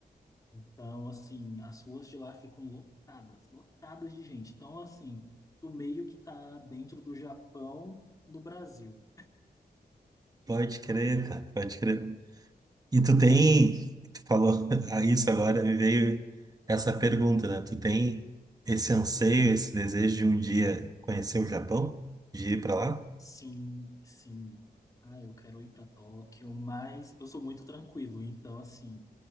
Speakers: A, on the left (about 20°); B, on the right (about 20°).
A: Então, assim, as ruas de lá ficam lotadas, lotadas de gente. Então, assim, tu meio que tá dentro do Japão no Brasil.
B: Pode crer, cara, pode crer. E tu tem, tu falou <laughs> a isso agora, me veio essa pergunta, né? Tu tem esse anseio, esse desejo de um dia conhecer o Japão, de ir pra lá?
A: Sim, sim. Ah, eu quero ir para Tóquio, mas eu sou muito tranquilo. Então, assim,